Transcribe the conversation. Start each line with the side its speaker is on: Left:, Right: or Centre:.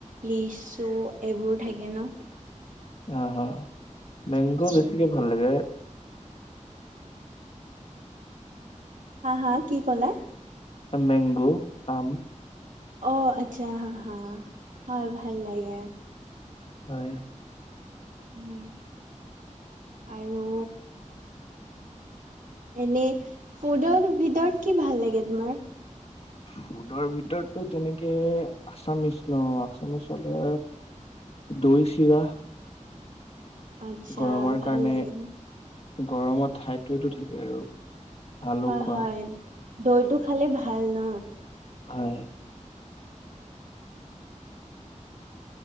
Right: লিচু এইবোৰ থাকে ন।
Left: আহ হা মেংগো
Right: উম,
Left: বেছিকে ভাল লাগে।
Right: হা হা কি কলা।
Left: মেংগো আম।
Right: অ আচ্ছা হা হা হয় ভাল লাগে।
Left: হয়।
Right: হয় আৰু। এনেই ফুডৰ ভিতৰত কি ভাল লাগে তোমাৰ।
Left: ফুডৰ ভিতৰতটো তেনেকে আছামিচ ন আছামিছ হলে। দৈ চিৰা।
Right: আচ্ছা
Left: গৰমৰ
Right: ভাল
Left: কাৰণে
Right: লাগে ন
Left: গৰমত ঠাইতটো থাকে আৰু। ভালো
Right: হয়
Left: খোৱা
Right: হয় দৈটো খালে ভাল ন।
Left: হয়।